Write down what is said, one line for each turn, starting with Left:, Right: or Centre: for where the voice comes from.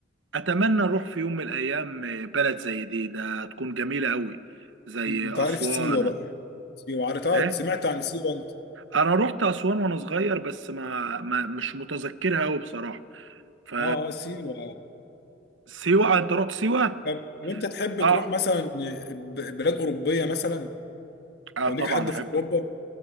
Right: اتمنى اروح في يوم من الايام آه، بلد زي دي ده تكون جميله قوي زي
Left: انت
Right: اسوان
Left: عارف سيوه بقى سيوه عارفها
Right: ايه
Left: سمعت عن سيوه انت
Right: انا رحت اسوان وانا صغير بس ما, ما مش متذكرها قوي بصراحه ف
Left: اه اه سيوه
Right: سيوه انت رحت سيوه
Left: طب وانت تحب
Right: اه
Left: تروح مثلا ب- بلاد اوروبيه مثلا
Right: اه
Left: او
Right: طبعا
Left: ليك حد
Right: احب
Left: في اوروبا